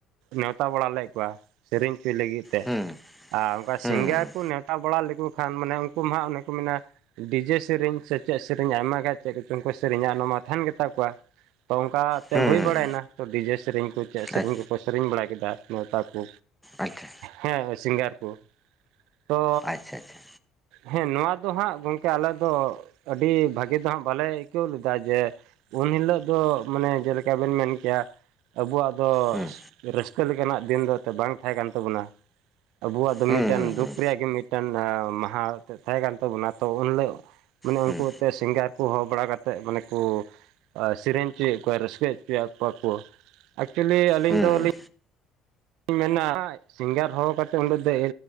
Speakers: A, on the right; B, in the centre.
A: ᱱᱮᱣᱛᱟ ᱵᱟᱲᱟ ᱞᱮᱫ ᱠᱚᱣᱟ ᱥᱮᱨᱮᱧ ᱦᱪᱚᱭ ᱞᱟᱹᱜᱤᱫ ᱛᱮ,
B: ᱦᱩᱸ
A: ᱟᱨ ᱚᱱᱠᱟ
B: ᱦᱩᱸ
A: ᱥᱤᱝᱜᱟᱸᱨ ᱠᱚ ᱱᱮᱣᱛᱟ ᱵᱟᱲᱟ ᱞᱮᱠᱚ ᱠᱷᱟᱱ ᱢᱟᱱᱮ ᱩᱱᱠᱩ ᱢᱟ ᱦᱟᱸᱜ ᱚᱱᱮ ᱠᱚ ᱢᱮᱱᱟ ᱰᱤᱡᱮ ᱥᱮᱨᱮᱧ ᱥᱮᱪᱮᱫ ᱥᱮᱨᱮᱧ ᱟᱭᱢᱟᱜᱟᱱ ᱪᱮᱫ ᱠᱚᱪᱚᱝ ᱠᱚ ᱥᱮᱨᱮᱧᱟ ᱚᱱᱟ ᱢᱟ ᱛᱟᱸᱦᱮᱱ ᱜᱮᱛᱟ ᱠᱚᱣᱟ᱾ ᱛᱚ ᱚᱝᱠᱟᱛᱮ
B: ᱦᱩᱸ
A: ᱦᱩᱭ
B: ᱦᱩᱸ
A: ᱵᱟᱲᱟᱭᱱᱟ ᱛᱚ ᱰᱤᱡᱮ ᱥᱮᱨᱮᱧ ᱠᱚ ᱪᱮᱫ ᱥᱮᱨᱮᱧ
B: ᱟᱪ
A: ᱠᱚᱠᱚ ᱥᱮᱨᱮᱧ ᱵᱟᱲᱟ ᱠᱮᱫᱟ, ᱱᱮᱣᱛᱟ ᱠᱚ᱾
B: ᱟᱪᱪᱷᱟ
A: ᱦᱮᱸ ᱥᱤᱝᱜᱟᱨ ᱠᱚ, ᱛᱚ
B: ᱟᱪᱪᱷᱟ ᱟᱪᱪᱷᱟ
A: ᱦᱮᱸ ᱱᱚᱣᱟ ᱫᱚ ᱦᱟᱸᱜ ᱜᱚᱝᱠᱮ ᱟᱞᱮ ᱫᱚ ᱟᱹᱰᱤ ᱵᱷᱟᱹᱜᱤ ᱫᱚ ᱦᱟᱸᱜ ᱵᱟᱞᱮ ᱟᱹᱭᱠᱟᱹᱣ ᱞᱮᱫᱟ ᱡᱮ ᱩᱱ ᱦᱤᱞᱳᱜ ᱫᱚ ᱢᱟᱱᱮ ᱡᱮᱞᱮᱠᱟ ᱵᱮᱱ ᱢᱮᱱ ᱠᱮᱭᱟ ᱟᱵᱚᱣᱟᱜ ᱫᱚ
B: ᱦᱩᱸ
A: ᱨᱟᱹᱥᱠᱟᱹ ᱞᱮᱠᱟᱱᱟᱜ ᱫᱤᱱ ᱫᱚ ᱮᱱᱛᱮ ᱵᱟᱝ ᱛᱟᱦᱮᱸ ᱠᱟᱱ ᱛᱟᱵᱚᱱᱟ᱾ ᱟᱵᱚᱣᱟᱜ ᱫᱚ ᱢᱤᱫ
B: ᱦᱩᱸ
A: ᱢᱤᱫᱴᱮᱱ
B: ᱦᱩᱸ ᱦᱩᱸ
A: ᱫᱩᱠ ᱨᱮᱭᱟᱜ ᱜᱮ ᱢᱤᱫᱴᱮᱱ ᱢᱟᱦᱟ ᱛᱟᱦᱮᱸ ᱠᱟᱱ ᱛᱟᱵᱚᱱᱟ᱾ ᱛᱚ, ᱩᱱᱦᱤᱞᱳᱜ ᱢᱟᱱᱮ
B: ᱦᱩᱸ
A: ᱩᱝᱠᱩ ᱛᱚ, ᱥᱤᱝᱜᱟᱨ ᱠᱚ ᱦᱚᱦᱚ ᱵᱟᱲᱟ ᱠᱟᱛᱮᱫ ᱢᱟᱱᱮ ᱠᱚ ᱥᱮᱨᱮᱧ ᱦᱚᱪᱚᱭᱮᱫ ᱠᱚᱣᱟ, ᱨᱟᱹᱥᱠᱟᱹ ᱦᱚᱪᱚᱭᱮᱫ ᱠᱚᱣᱟ ᱠᱚ᱾ ᱮᱠᱪᱩᱞᱤ ᱟᱹᱞᱤᱧ
B: ᱦᱩᱸ
A: ᱫᱚᱞᱤᱧ ᱞᱤᱧ ᱢᱮᱱᱟ ᱥᱤᱝᱜᱟᱨ ᱦᱚᱦᱚ ᱠᱟᱛᱮᱫ ᱚᱸᱰᱮ ᱫᱚ